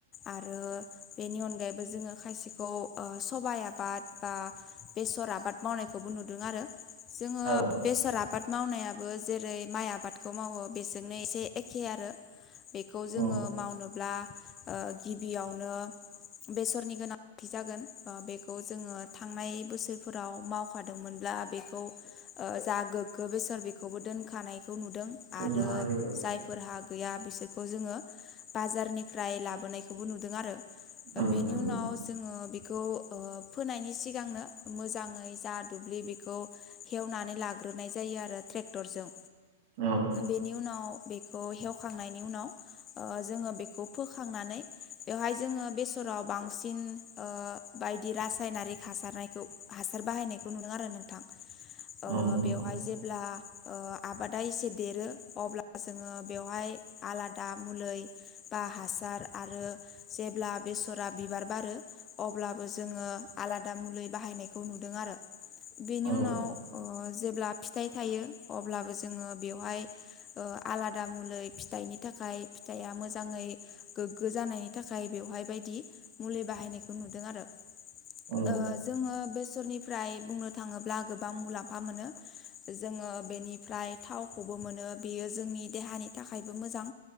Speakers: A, on the left (about 25°); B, on the right (about 50°).
A: आरो बेनि अनगायै नो खायसेखौ ओ सबाय आबाद बा बेसर आबाद मावनायखौबो नुदों आरो। जोङो
B: औ
A: बेसर आबाद मावनायाबो जेरै, माइ आबादखौ मावो बेजोंनो एसे एखे आरो बेखौ जोङो
B: औ
A: मावनोब्ला ओ गिबियावनो बेसरनि गोनांथि जागोन ओ बेखौ जोङो थांनाय बोसोरफोराव मावखादोंमोनब्ला बा बेखौ ओ जा गोग्गो बेसर बेखौबो दोनखानाय खौ नुदों
B: फोनो
A: आरो
B: हायो औ
A: जायफोरहा गैया बिसोरखौ जोङो बाजारनिफ्राय लाबोनायखौबो नुदों आरो। ओ
B: औ
A: बेनि
B: नंगौ
A: उनाव जोङो बे खौ ओ फोनायनि सिगांनो मोजाङै जा दुब्लि बेखौ ऐवनानै ला ग्रोनाय जायो आरो ट्रेक्टरजों
B: औ
A: बेनि उनाव बेखौ हेवखांनायनि उनाव ओ जोङो बेखौ फोखांनानै बेवहाय जोङो बे सराव बांसिन ओ बायदि रासायनारिक हासारनायखौ हासार बाहायनायखौ नुदों आरो नोंथां अ
B: औ नंगौ
A: बेवहाय जेब्ला ओ आबादा एसे देरो अब्ला जोङो बेवहाय आलादा मुलै बा हासार आरो जेब्ला बेसरा बिबार बारो अब्लाबो जोङो आलादा मुलै बाहायनायखौ नुदों आरो। बेनि
B: औ
A: उनाव अ जेब्ला फिथाइ थायो अब्लाबो जोङो बेवहाय ओ आलादा मुलै फिथाइनि थाखाय फिथाइया मोजाङै गोगो जानायनि थाखाय बेवहाय बाय दि मुलि बाहायनायखौ नुदों आरो
B: औ
A: ओ जोङो बेसरनि फ्राय बुंनो थाङोब्ला गोबां मुलाम्फा मोनो जोङो बेनिफ्राय थावखौबो मोनो बेयो जोंनि देहानि थाखायबो मोजां